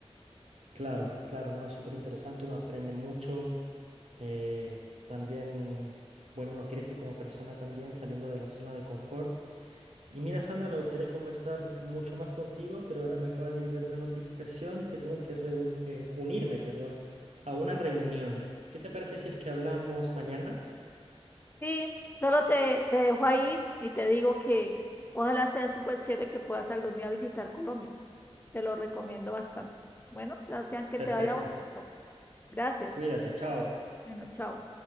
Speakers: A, on the right; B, on the left.
A: Claro, claro, ¿no? Es súper interesante, uno aprende mucho. eh, también, bueno, uno crece como persona también saliendo de la zona de confort. Y mira, Sandra, me gustaría conversar mucho más contigo, pero ahora me acaba de llegar una notificación que tengo que reun- eh, unirme, perdón, a una reunión. ¿Qué te parece si es que hablamos mañana?
B: Sí, solo te, te dejo ahí y te digo que ojalá sea súper chévere que puedas algún día visitar Colombia. Te lo recomiendo bastante. Bueno, Sebastián, que
A: Perfecto.
B: te vaya bonito. Gracias.
A: Cuídate, chao.
B: Bueno, chao.